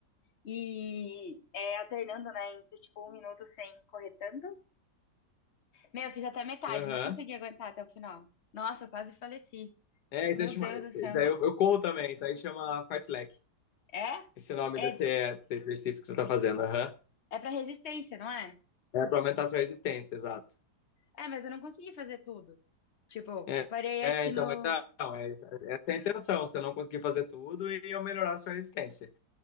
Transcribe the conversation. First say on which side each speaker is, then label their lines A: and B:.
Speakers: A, on the left (about 45°); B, on the left (about 75°).
A: E é, alternando, né? Entre tipo, um minuto sem correr tanto. Meu, eu fiz até metade,
B: Aham.
A: não consegui aguentar até o final. Nossa, eu quase faleci.
B: É, isso
A: Meu
B: aí chama.
A: Deus do
B: Isso
A: céu.
B: aí eu, eu corro também. Isso aí chama fartlek.
A: É?
B: Esse nome
A: É,
B: desse, desse exercício que você está fazendo. Aham.
A: é pra resistência, não é?
B: É para aumentar a sua resistência, exato.
A: É, mas eu não consegui fazer tudo. Tipo,
B: É,
A: eu parei,
B: é,
A: acho que
B: então,
A: no.
B: mas não, é, essa é a intenção. Você não conseguir fazer tudo e eu melhorar a sua resistência.